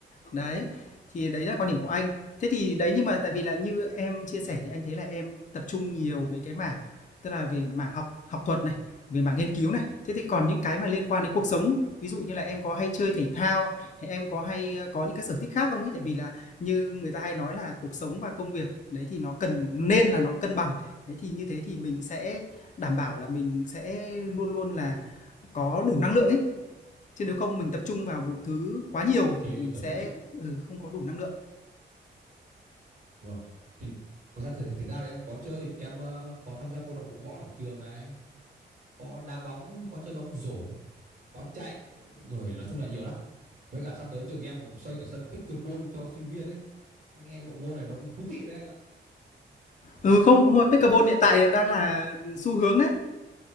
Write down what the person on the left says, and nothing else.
Đấy, thì đấy là quan điểm của anh. Thế thì đấy, nhưng mà tại vì là như em chia sẻ thì anh thấy là em tập trung nhiều về cái mảng, tức là về mảng học học thuật này, về mảng nghiên cứu này. Thế thì còn những cái mà liên quan đến cuộc sống, ví dụ như là em có hay chơi thể thao, hay em có hay, ờ, có những cái sở thích khác không ấy? Tại vì là như người ta hay nói là cuộc sống và công việc, đấy, thì nó cần nên là nó cân bằng. Thế thì như thế thì mình sẽ đảm bảo là mình sẽ luôn luôn là có đủ năng lượng ấy chứ nếu không mình tập trung vào một thứ quá nhiều
thì mình
sẽ
ừ, không có đủ năng lượng
ừ không đúng rồi pickleball hiện tại đang là xu hướng đấy